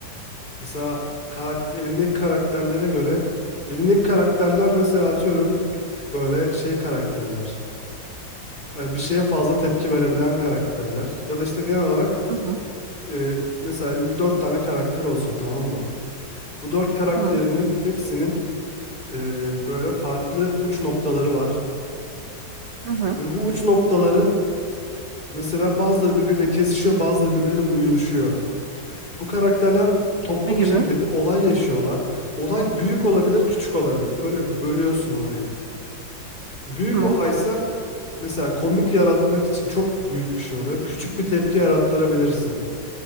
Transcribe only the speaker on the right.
Hı hı.
Tamam.
Hı hı.
Ne gibi?
Tamam.